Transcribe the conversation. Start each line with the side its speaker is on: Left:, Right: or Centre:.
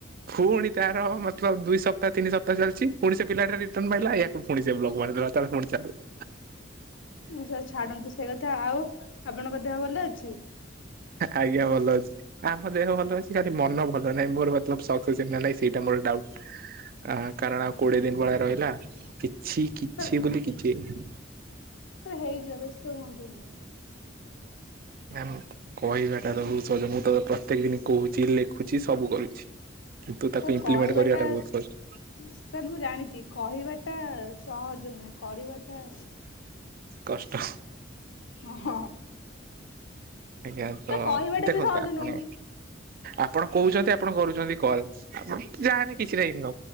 Right: ପୁଣି ତାର ମତଲବ ଦୁଇ ସପ୍ତାହ ତିନି ସପ୍ତାହ ଚାଲିଚି ପୁଣି ସେ ପିଲାଟା ରିଟର୍ଣ ମାଇଲା ୟାକୁ ପୁଣି <unintelligible>
Left: ଓ ସେ ଛାଡନ୍ତୁ ସେ କଥା ଆଉ ଆପଣଙ୍କ ଦେହ ଭଲ ଅଛି?
Right: ଆଜ୍ଞା ଭଲ ଅଚି। ଆମ ଦେହ ଭଲ ଅଚି ଖାଲି ମନ ଭଲ ନାହିଁ ମୋର ମତଲବ ସକ୍ସେ ହିଁ ନା ନାହିଁ ସେଇଟା ମୋର ଡାଉଟ ଆ କାରଣ ଆଉ କୋଡିଏ ଦିନ ଭଳିଆ ରହିଲା କିଛି କିଛି
Left: ସାର୍
Right: ବୋଲି କିଛି ହେଇନି।
Left: ସାର୍ ହେଇଯିବ ବ୍ୟସ୍ତ ହୁଅନ୍ତୁନି
Right: ନା ମ କହିବାଟା ତ ବହୁତ ସହଜ ମୁଁ ତ ପ୍ରତ୍ୟେକ ଦିନି କହୁଛି ଲେ ଲେଖୁଛି ସବୁ କରୁଛି କିନ୍ତୁ ତାକୁ
Left: ସାର୍
Right: ଇମ୍ପ୍ଲିମେଣ୍ଟ
Left: କହିବାଟା
Right: କରିବାଟା ବହୁତ କଷ୍ଟ
Left: ସାର୍ ମୁଁ ଜାଣିଚି କହିବାଟା ସହଜ ନୁହେଁ କରିବାଟା
Right: କଷ୍ଟ
Left: ଅ ହଁ
Right: ଆଜ୍ଞା
Left: ସାର୍
Right: ତ
Left: କହିବାଟା
Right: ଦେଖନ୍ତୁ
Left: ବି ସହଜ
Right: ଆପଣ
Left: ନୁହଁ
Right: ଆପଣ କହୁଚନ୍ତି ଆପଣ କରୁଚନ୍ତି କଲ୍ ଆପଣ ଯାହାନି କିଛିଟ ଇନମ୍